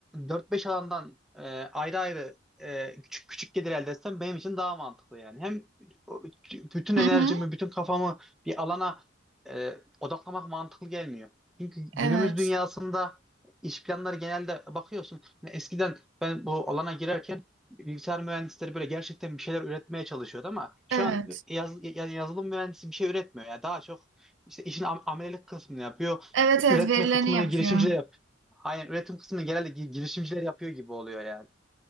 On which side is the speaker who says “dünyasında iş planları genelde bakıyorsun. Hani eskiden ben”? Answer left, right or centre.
Centre